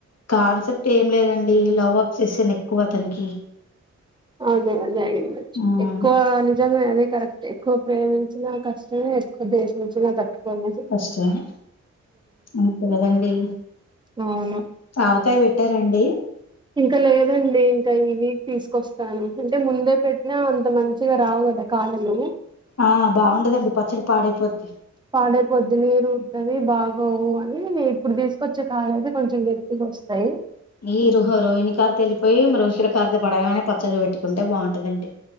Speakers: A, on the left (about 60°); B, on the right (about 15°).
A: కాన్సెప్ట్ ఏం లేదండి లవ్ అప్స్ చేసాను ఎక్కువ అతనికి
B: అదే అదే అయ్యుండొచ్చు
A: హ్మ్.
B: ఎక్కువ నిజంగా అదే కరెక్ట్ హే ఎక్కువ ప్రేమించిన కష్టమే ద్వేషించిన తట్టుకునే
A: కష్టమే అంతే కదండి
B: అవును
A: ఆవకాయ పెట్టారండి
B: ఇంకా లేదండి ఇంకా ఈ వీక్ తీసుకొస్తాను అంటే ముందే పెట్టినా అంత మంచిగా రావు కదా కాడాలు
A: ఆ బాగుండదండి పచ్చడి పాడైపోద్ది
B: పాడైపోద్ది నీరు ఊరుతది బాగోవు అని ఇప్పుడు తీసుకొచ్చే కాయలు అయితే కొంచెం గట్టిగా వస్తాయి
A: ఈ రుహ రోహి కార్తీకం వెళ్ళియి రోహిల కారితో పడగానే పచ్చళ్లు పెట్టుకుంటే